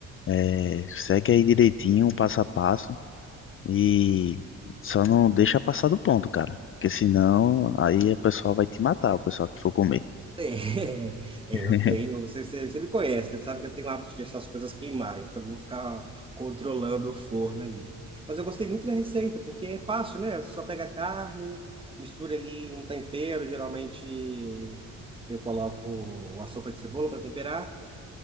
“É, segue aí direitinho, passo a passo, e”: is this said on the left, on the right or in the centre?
Left